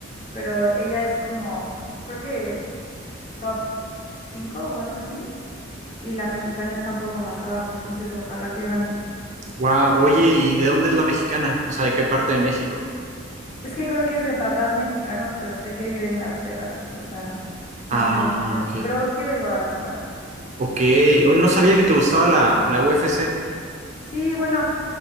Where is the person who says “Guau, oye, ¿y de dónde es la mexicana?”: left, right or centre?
Right